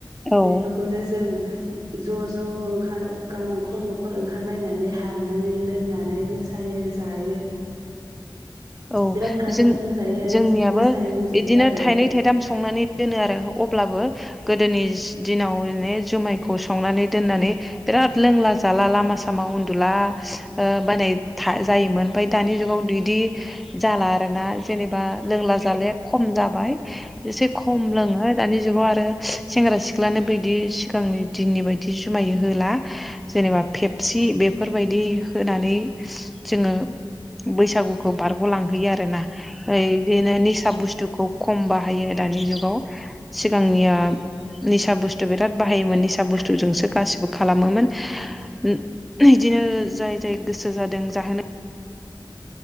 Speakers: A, in the centre; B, on the right (about 70°).
A: औ
B: बेफोरखौनो जोंङो ज'ज ज' ओंखार गान न'खर न'ख न'खर ओंखारलायनानै हाबनानै लोंनानै मोसायो जायो।
A: औ
B: बिराद गाजा
A: जों
B: गोमजायै
A: जोंनियाबो
B: मोसायो मुसुरो
A: इदिनो
B: आरो
A: थाइनै थाइथाम संनानै दोनो आरो अब्लाबो गोदोनिस दिनावनेज जुमायखौ संनानै दोननानै बिराद लोंला जाला लामा सामा उन्दुला ओ बायनाय था जायोमोन ओमफाय दानि जुगाव बिदि जाला आरो ना जेनेबा लोंला जाले खम जाबाय। एसे खम लोङो दानि जुगाव आरो ओ सेंग्रा सिख्लानो बिदि सिगांनि दिननि बायदि जुमाय होला जेनेबा फेपसि बेफोरबायदि होनानै जोङो बैसागु लांहैयो आरोना यै इदिनो निसा बस्तुक खौ खम बाहायो दानि जुगाव सिगांनिया निसा बुस्थु बिराद बाहायोमोन निसा बुस्थुजोंसो गासिबो खालामोमोन उम इदिनो जाय जाय गोसो जादों जाहोनो